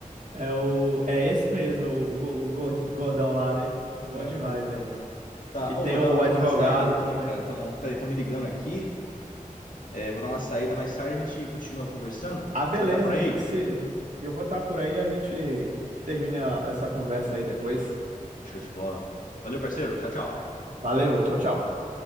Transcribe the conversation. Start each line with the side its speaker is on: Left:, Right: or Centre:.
Right: É, o, é esse mesmo, o, go- o gord- gordão lá, né? Bom
Left: Aham.
Right: demais, hein?
Left: Tá.
Right: E
Left: Ô,
Right: tem
Left: vou dar,
Right: o
Left: vou
Right: advogado
Left: dar uma saída aqui,
Right: também.
Left: cara. Então, peraí, estão me ligando aqui. É, vou dar uma saída mais tarde. A gente continua conversando.
Right: Ah, beleza,
Left: Você vai estar por aí?
Right: a gente se. Eu vou estar por aí, a gente termina essa conversa aí depois.
Left: Show de bola. Valeu, parceiro. Tchau, tchau.
Right: Valeu, tchau, tchau.